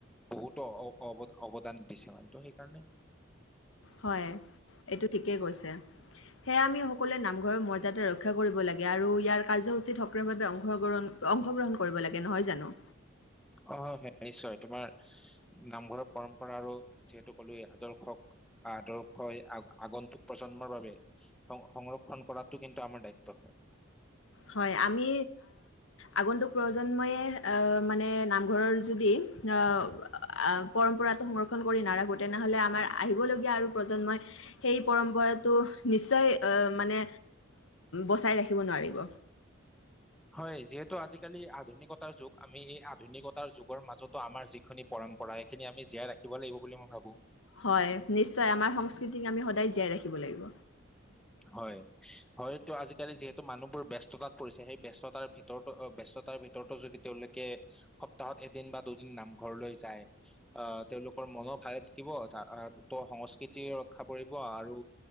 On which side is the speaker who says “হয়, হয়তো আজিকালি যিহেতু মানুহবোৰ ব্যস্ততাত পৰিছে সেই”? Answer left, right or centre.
Centre